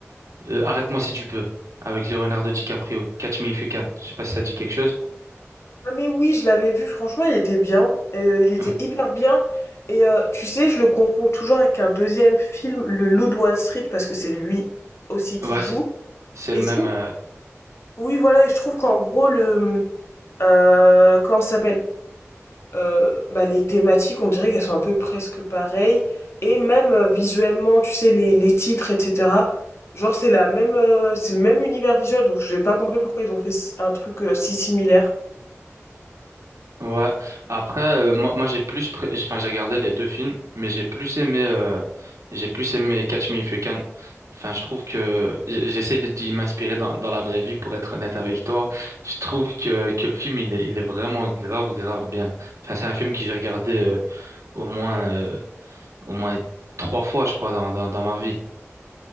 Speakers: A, on the right (about 85°); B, on the left (about 60°).
A: Euh, Arrête-moi si tu peux, avec Leonardo DiCaprio. Catch Me If You Can. Je sais pas si ça te dit quelque chose.
B: Ah mais oui, je l'avais vu, franchement, il était bien, euh, il était
A: Euh,
B: hyper bien. Et euh, tu sais, je le confonds toujours avec un deuxième film, Le Loup de Wall Street, parce que c'est lui aussi qui
A: ouais,
B: joue.
A: c'est c'est
B: Et
A: le
B: je
A: même.
B: trouve,
A: euh,
B: oui, voilà, et je trouve qu'en gros, le, euh, comment ça s'appelle? Heu, bah, les thématiques, on dirait qu'elles sont un peu presque pareilles et même, heu, visuellement, tu sais, les les titres et cetera. Genre, c'est la même, heu, c'est le même univers visuel, donc j'ai pas compris pourquoi ils ont fait s un truc, heu, si similaire.
A: ouais. Après, euh, moi, moi j'ai plus, pré- j'ai- enfin, j'ai regardé les deux films, mais j'ai plus aimé, euh, j'ai plus aimé Catch Me If You Can. Enfin, je trouve que j- j'essaie de d'y m'inspirer dans, dans la vraie vie, pour être honnête avec toi. Je trouve que, que le film, il est, il est vraiment grave, grave bien. Enfin, c'est un film que j'ai regardé euh, au moins, euh, au moins trois fois, je crois, dans, dans, dans ma vie.